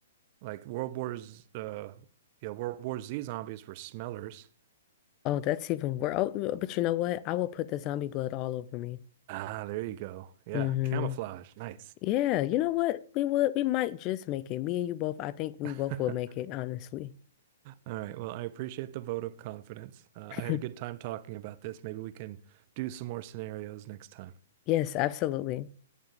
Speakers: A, on the right (about 45°); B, on the left (about 35°).
A: Like World War's uh yeah, World War Z zombies were smellers.
B: Oh, that's even worse. Oh, but you know what? I will put the zombie blood all over me.
A: Ah, there you go. Yeah,
B: Mm-hmm.
A: camouflage. Nice.
B: Yeah, you know what? We would we might just make it. Me and you both, I think we
A: <laughs>
B: both will make it, honestly.
A: All right. Well, I appreciate the vote of confidence. Uh,
B: <laughs>
A: I had a good time talking about this. Maybe we can do some more scenarios next time.
B: Yes, absolutely.